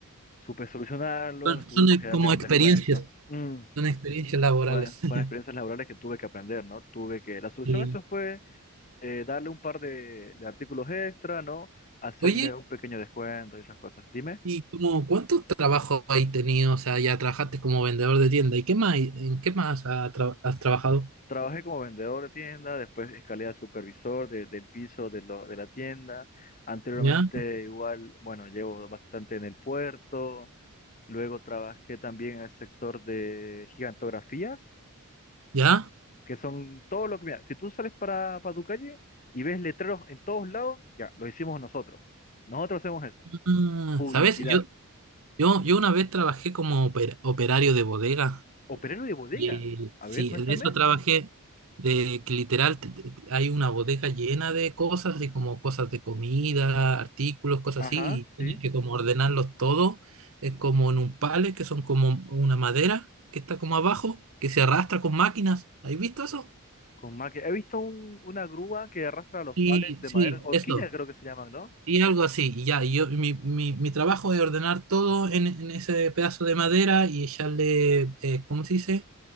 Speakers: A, on the left; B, on the right.
A: supe solucionarlo,
B: son,
A: tuvimos
B: son
A: que darle
B: como
A: un
B: experiencias,
A: descuento. Mm,
B: son experiencias laborales.
A: bueno, fueron
B: <laughs>
A: experiencias laborales que tuve que aprender, ¿no? Tuve que, la solución
B: Sí.
A: a eso fue eh, darle un par de, de artículos extra, ¿no? Hacerle
B: Oye,
A: un pequeño descuento y esas cosas. Dime,
B: ¿Y como cuántos trabajos has tenido? O sea, ya trabajaste como vendedor de tienda. ¿Y qué más? ¿En qué más ha tra- has, trabajado?
A: trabajé como vendedor de tienda, después escalé a supervisor de- del piso de, lo- de la tienda. Anteriormente
B: ¿Ya?
A: igual, bueno, llevo bastante en el puerto. Luego trabajé también en el sector de gigantografías.
B: ¿Ya?
A: que son todo lo que, mira, si tú sales para, para tu calle y ves letreros en todos lados, ya, lo hicimos nosotros. Nosotros hacemos eso.
B: Ah,
A: Publicidad.
B: ¿sabes? Yo, yo, yo una vez trabajé como oper- operario de bodega.
A: Operario de bodega.
B: Y eh,
A: A
B: sí,
A: ver, cuéntame.
B: de eso trabajé, de que literal te- te- te- hay una bodega llena de cosas, así como cosas de comida, artículos, cosas
A: Ajá,
B: así, y
A: sí.
B: tienes que como ordenarlos todo, es como en un pallet, que son como una madera que está como abajo, que se arrastra con máquinas. ¿Has visto eso?
A: Con más que- He visto un- una grúa que arrastra los
B: Sí,
A: palets de
B: sí,
A: madera, horquillas
B: eso.
A: creo que se llaman, ¿no?
B: Sí, algo así. Y ya, y yo, mi, mi, mi trabajo es ordenar todo en, en ese pedazo de madera y echarle, eh, ¿cómo se dice?